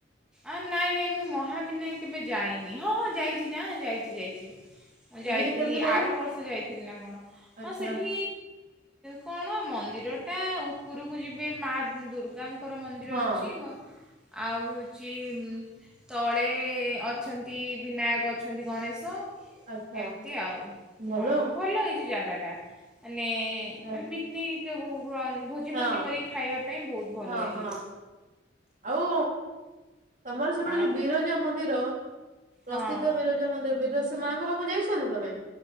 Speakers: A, in the centre; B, on the right.
A: ଆ ନାଇଁ ନାଇଁ ମୁଁ ମହାବିନାୟକ କେବେ ଯାଇନି ହଁ ହଁ ଯାଇଛି ନା ଯାଇଛି ଯାଇଛି ମୁଁ ଯାଇଥିଲି
B: ସେଠି କେମିତି କଣ?
A: ଆର ବର୍ଷ ଯାଇଥିଲି ନା କଣ
B: ଆଚ୍ଛା।
A: ହଁ ସେଠି କଣ ମନ୍ଦିର ଟା ଉପରକୁ ଯିବେ ମା ଦୁର୍ଗା ଦୁର୍ଗାଙ୍କର ମନ୍ଦିର
B: ହଁ
A: ଅଛି ଆଉ ଛି ତଳେ ଅଛନ୍ତି ବିନାୟକ ଅଛନ୍ତି ଗଣେଶ
B: ଆଚ୍ଛା
A: ଏମିତି ଆଉ
B: ଭଲ
A: ହଁ ଭଲ ହେଇଚି ଜାଗାଟା ମାନେ
B: ଆଚ୍ଛା
A: ମାନେ ପିକ୍ନିକ୍ ବ ନ ଭୋଜି
B: ହଁ
A: ଫୋଜି କରି ଖାଇବା ପାଇଁ ବହୁତ ଭଲ
B: ହଁ
A: ହୋଇଚି।
B: ହଁ ଆଉ ତମର ସେପଟେ
A: ଆଉ
B: ଯୋଉ ବିରଜା
A: କଣ
B: ମନ୍ଦିର ପ୍ରସିଦ୍ଧ
A: ହଁ।
B: ବିରଜା ମନ୍ଦିର ବି ତ ସେ ମାଆଙ୍କ ପାଖକୁ ଯାଇଚନା ତମେ?